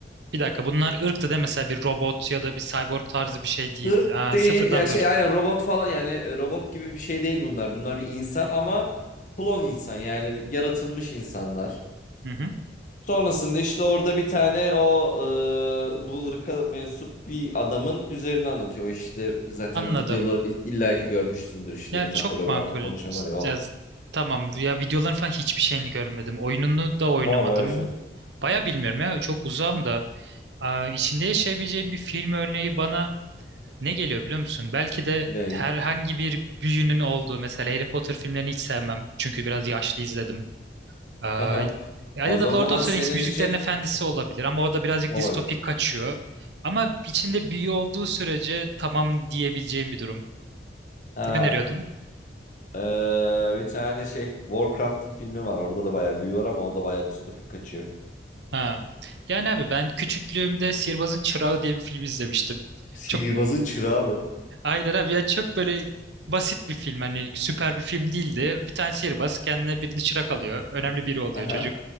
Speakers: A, on the right; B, on the left.
A: Bir dakika bunlar ırktı değil mi? mesela bir robot ya da bir cyborg tarzı bir şey değil.
B: Irk
A: Aa,
B: değil
A: sıfırdan
B: ya şey
A: bir ırk.
B: yani robot falan yani e, robot gibi bir şey değil bunlar. Bunlar bir insan ama klon insan yani yaratılmış insanlar.
A: Hı hı.
B: Sonrasında işte orada bir tane o e, bu ırka mensup bir adamın üzerini anlatıyor. O İşte zaten
A: Anladım.
B: videoları ill- illaki görmüşsündür işte
A: Ya
B: bir tane
A: çok
B: hologramla
A: makul.
B: konuşan var ya o.
A: Ya, z- tamam ya videoların falan hiçbir şeyini görmedim. Oyununu da oynamadım.
B: O bayağı şey olmuş.
A: Baya bilmiyorum ya çok uzağım da. Aa, içinde yaşayabileceğim bir film örneği bana ne geliyor biliyor musun? Belki de
B: Ne
A: herhangi
B: iyi.
A: bir büyünün olduğu mesela Harry Potter filmlerini hiç sevmem. Çünkü biraz yaşlı izledim. Ee,
B: Haha.
A: ya
B: O zaman
A: da Lord of
B: senin
A: the Rings Müziklerin
B: için
A: Efendisi olabilir ama o da birazcık
B: olabilir.
A: distopik kaçıyor. Ama içinde büyü olduğu sürece tamam diyebileceğim bir durum.
B: Ha.
A: Ne öneriyordun?
B: e, bir tane şey Warcraft'ın filmi var. Orada da bayağı büyü var ama o da bayağı distopik kaçıyor.
A: Ha. Yani abi ben küçüklüğümde Sihirbazın Çırağı diye bir film izlemiştim.
B: Sihirbazın
A: Çok
B: çırağı mı?
A: Hayır abi ya çok böyle basit bir film hani süper bir film değildi. Bir tane sihirbaz kendine birini çırak alıyor. Önemli biri oluyor
B: Aha.
A: çocuk.